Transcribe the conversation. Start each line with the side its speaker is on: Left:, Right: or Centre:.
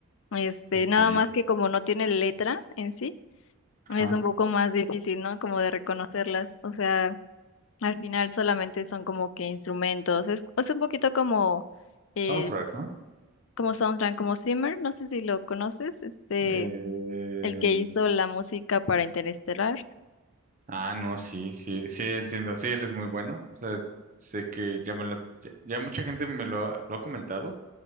Left: Este,
Right: Ok,
Left: nada más que como no tiene letra en sí es
Right: ajá.
Left: un poco más difícil, ¿no? Como de reconocerlas. O sea, al final solamente son como que instrumentos. Es, es un poquito como, eh,
Right: Soundtrack, ¿no?
Left: como soundtrack, como Zimmer, no sé si lo conoces, este,
Right: Eh,
Left: el que hizo la música para Interestelar.
Right: ah, no, sí, sí, sí, entiendo. Sí, él es muy bueno. O sea, sé que ya me lo, ya, ya mucha gente me lo ha, lo ha comentado